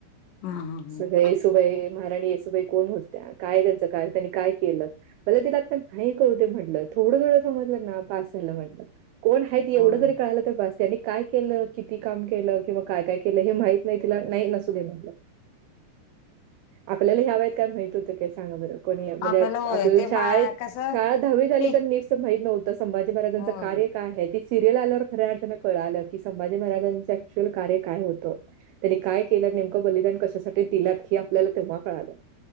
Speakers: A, on the left; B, on the right.
A: हा हा हा
B: सगळें सुबय महारांणी ये सुुबई कोणं होत्यां कायं त्यांचं कायं त्यांनी कायं केलं म्हंजे तेत नाहीं कोटे होते म्हटलं थोडं रडायचं म्हटलं समजलं नां पास झालं म्हटलं कोणं आहेत
A: होय
B: एवढं जरी कळालं तरं बसं त्यांनी कायं केलं किती कामं केलं किंवा कायं कायं केलं हे माहित नाहीं तिलां नाहीं नसूं दे म्हणलं आपल्याला ह्यां वयांत कायं माहित होतं कायं सांगा बरं कोणी म्हणजे
A: आपल्याला होय
B: आपल्यांला
A: ते
B: शाळेत
A: मा कसं
B: शाळा दहावी झाली
A: ती
B: तर नीटच माहित नव्हतं संभाजी
A: होय
B: महाराांचं कार्य काय आहे ती सिरियल आल्यावर खऱ्या अर्थान कळाल की संभाजी महाराज एक्चुअलकार्य काय होत त्यांनी काय केलं नेमकं बलिदान कशासाठी ते तिलात की आपल्याला तेव्हा कळालं